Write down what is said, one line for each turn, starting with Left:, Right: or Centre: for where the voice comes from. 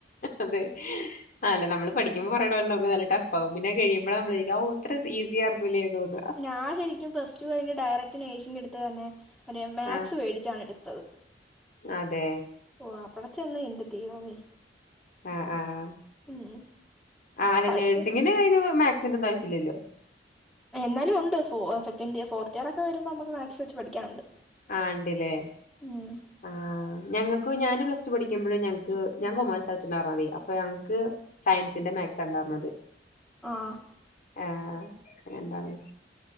Left: അതെ അല്ല നമ്മള് പഠിക്കുമ്പോ പറയണ <unintelligible> നല്ല ടഫാവും. പിന്നെ കഴിമ്പ്ളാ നമ്മള് ക്കാ ഔ ഇത്ര ഈസി ആയ്രുന്നൂല്ലേ തോന്ന
Centre: ഞാ ശരിക്കും പ്ലസ് ടു കഴിഞ്ഞ് ഡയറക്റ്റ് നഴ്സിങ് എട്ത്ത തന്നെ മറ്റേ മാത്സ്
Left: ആഹ്
Centre: പേടിച്ചാണ് എടുത്തത്
Left: അതെ
Centre: ഓഹ് അവിടെ ചെന്ന് എൻ്റെ ദൈവമേ
Left: ആഹ് ആഹ്
Centre: ഉം
Left: ആ അല്ല
Centre: കൊഴപ്പ
Left: നഴ്സിങ്ങിന് അയിന് മാത്സിന്റെ ഒന്നും ആവശ്യം ഇല്ലല്ലോ.
Centre: എന്നാലും ഉണ്ട് ഫോ സെക്കന്റ് ഇയ ഫോർത്ത് ഇയറ് ഒക്കെ വരുമ്പോ അമ്മക്ക് മാത്സ് വെച്ച് പഠിക്കാനുണ്ട്
Left: ആഹ് ഇണ്ട്‌ല്ലേ
Centre: ഉം
Left: ആഹ് ഞങ്ങക്കു ഞാന് പ്ലസ് ടു പഠിക്ക്മ്പഴും ഞങ്ങക്ക് ഞാ കൊമേഴ്സ് എട്ത്ത്ണ്ടായിർന്നതേ അപ്പ ഞൻക്ക് സയൻസിന്റെ മാത്സണ്ടാർന്നത്
Centre: ആഹ്
Left: ആഹ് എങ്ങണ്ടാർന്നു